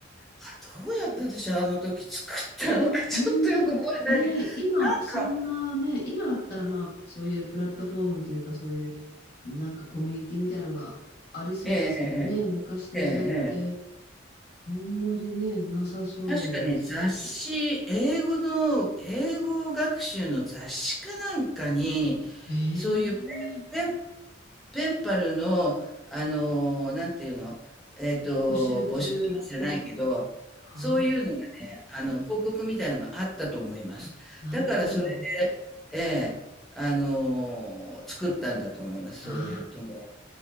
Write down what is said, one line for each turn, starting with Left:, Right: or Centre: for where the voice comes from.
Centre: あ、どうやって私あの時作ったのかちょっとよく覚えてないんで、
Left: うん、なんかね、今、
Centre: なんか
Left: そんなね、今だったら、まあ、そういうプラットフォームというか、そういう、なんかコミュニティみたいなのがありそうですけどね、
Centre: ええええ
Left: 昔の時代って、
Centre: ええ。ええええ。
Left: あんまりね、なさそうですし。
Centre: 確かね、雑誌、英語の英語学習の雑誌かなんかに、
Left: ええ
Centre: そういうペンペンペンパルの、あの、なんていうの、えっと、
Left: 募集中。
Centre: 募集しますじゃないけど、
Left: あ
Centre: そういうのがね、あの、広告みたいのがあったと思います。
Left: あ、なるほど。
Centre: だからそれで、ええ、あの、作ったんだと思います、
Left: ああ。
Centre: そういうとも。